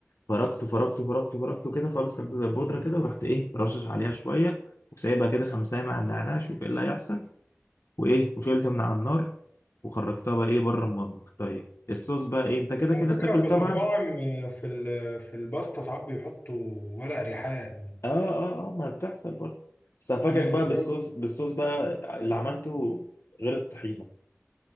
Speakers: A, on the left; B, on the left.
A: فركته فركته فركته فركته كده خلاص خليته زي البودره كده ورحت ايه رشش عليها شويه وسايبها كده خمسة مع النعناع شوف ايه اللي هيحصل وايه وشلت من على النار وخرجتها بقى ايه بره المطبخ طيب الصوص بقى ايه انت كده
B: على
A: كده
B: فكره
A: بتاكل
B: في المطاعم
A: طبعا
B: آه، في ال- في الباستا ساعات بيحطوا ورق ريحان
A: اه اه اه ما بتحصل برضه بس هفاجئك
B: امم
A: بقى
B: بجد؟
A: بالصوص بالصوص بقى اللي عملته غير الطحينه